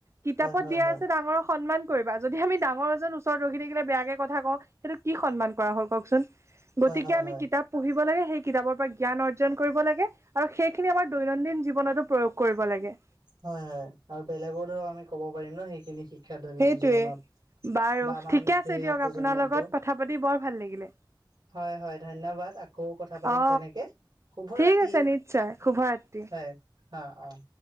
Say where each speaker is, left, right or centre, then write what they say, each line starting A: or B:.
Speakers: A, on the right (about 35°); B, on the right (about 55°).
A: কিতাপত
B: হয়
A: দিয়া
B: হয় হয় হয়
A: আছে ডাঙক সন্মান কৰিবা। যদি আমি ডাঙৰ এজন ওচৰত ৰখি থাকিলে বেয়াকে কথা কওঁ সেইটো কি সন্মান কৰা হ'ল কওঁকচোন, গতিকে
B: হয় হয় হয়
A: আমি কিতাপ পঢ়িব লাগে সেই কিতাপৰ পৰা জ্ঞান অৰ্জন কৰিব লাগে। আৰু সেইখিনি আমাৰ দৈনন্দিন জীৱনতো প্ৰয়োগ কৰিব লাগে।
B: হয়, হয় আৰু বেলেগো ধৰক আমি কব পাৰিম ন সেইখিনি শিক্ষা দৈনন্দিন
A: সেইটোৱে
B: জীৱনত।
A: বাৰু
B: বা আমাৰ
A: ঠিকে
B: নতুন
A: আছে
B: অহা
A: দিয়ক
B: প্ৰজন্মটো
A: আপোনাৰ লগত কথা পাতি বৰ ভাল লাগিলে।
B: হয়, হয় ধন্যবাদ আকৌ কথা পাতিম
A: অ
B: তেনেকে। শুভ
A: ঠিক
B: ৰাতি
A: আছে নিশ্চয় শুভ ৰাত্ৰি।
B: হয় অ', অ'।